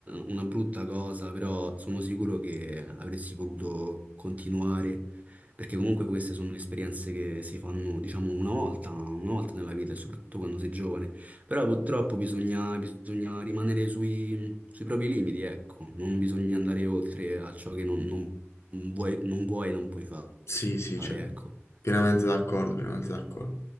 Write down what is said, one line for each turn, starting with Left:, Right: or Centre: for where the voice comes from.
Right: una brutta cosa, però sono sicuro che avresti potuto continuare, perché comunque queste sono esperienze che si fanno, diciamo, una volta, una volta nella vita, e soprattutto quando sei giovane. Però purtroppo bisogna, bisogna rimanere sui, sui propri limiti, ecco, non bisogna andare oltre a ciò che non, non vuoi, non vuoi e non puoi fare,
Left: Sì, sì, certo.
Right: ecco.
Left: Pienamente d'accordo, pienamente d'accordo.